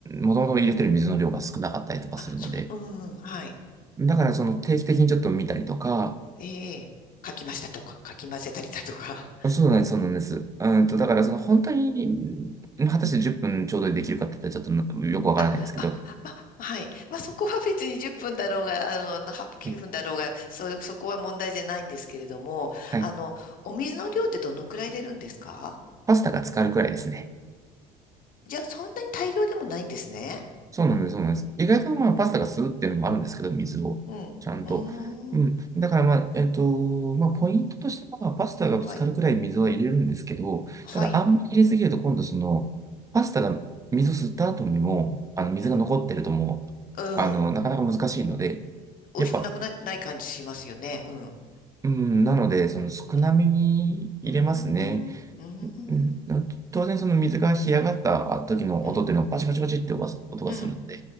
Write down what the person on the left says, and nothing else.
あ、そう、うんうん、はい。
ええかきましたとか、かき混ぜたりだとか。
<laughs> あ、あ、ま、ま、はい。まあ、そこは別に10分だろうが、あの、8、9分だろうが、
そ、そこは問題じゃないんですけれども、
あの、お水の量ってどのくらい入れるんですか
じゃあ、そんなに大量でもないんですね。
うん。うーん。
はい。はい。
うん、うん。うん。
美味しくなくな、
ない感じしますよね。うん。
うん。うーん。うー
ん。
うん。
うん。